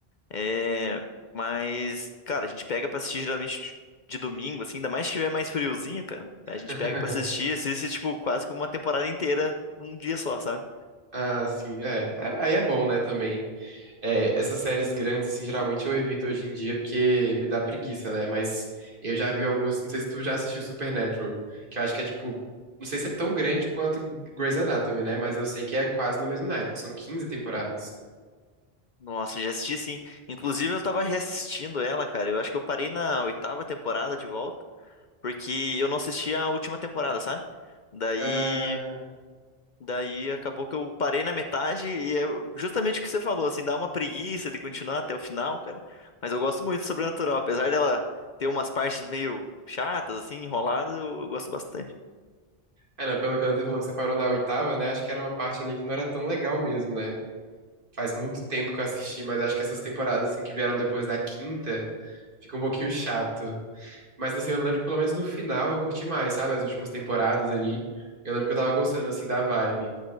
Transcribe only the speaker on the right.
<laughs>
Ah, sim, é. É- Aí é bom, né, também. É, essas séries grandes, assim, geralmente eu evito hoje em dia porque me dá preguiça, né? Mas eu já vi algumas, não sei se tu já assistiu Supernatural, que eu acho que é tipo, não sei se é tão grande quanto Grey's Anatomy, né? Mas eu sei que é quase no mesmo naipe, que são 15 temporadas.
Ah,
é, não, pelo que você falou que você parou na oitava, né? Acho que era uma parte ali que não era tão legal mesmo, né? Faz muito tempo que eu assisti, mas acho que essas temporadas, assim, que vieram depois da quinta, fica um pouquinho chato. Mas assim, eu lembro que pelo menos no final eu curti mais, sabe? As últimas temporadas ali. Eu lembro que eu tava gostando, assim, da vibe.